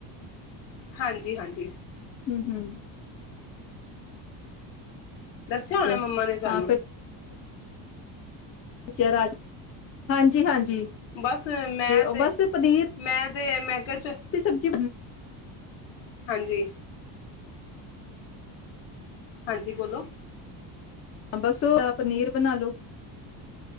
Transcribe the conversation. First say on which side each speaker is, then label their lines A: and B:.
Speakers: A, on the left; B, on the left.
A: ਹਾਂਜੀ, ਹਾਂਜੀ।
B: ਹਮਮ ਹਮਮ।
A: ਦੱਸਿਆ
B: ਠੀਕ
A: ਹੋਣਾ
B: ਹੈ।
A: ਮੰਮਾ ਨੇ ਤੁਹਾਨੂੰ।
B: ਹਾਂ ਜ਼ਰਾ, ਹਾਂਜੀ ਹਾਂਜੀ।
A: ਬਸ ਮੈਂ
B: ਉਹ
A: ਤੇ,
B: ਬਸ ਪਨੀਰ
A: ਮੈਂ ਤੇ ਮੈਂ ਕਿਹਾ ਚਲ
B: ਦੀ ਸਬਜ਼ੀ
A: ਹਾਂਜੀ। ਹਾਂਜੀ ਬੋਲੋ।
B: ਹਾਂ, ਬਸ ਓ ਯਾ ਪਨੀਰ ਬਣਾ ਲਓ।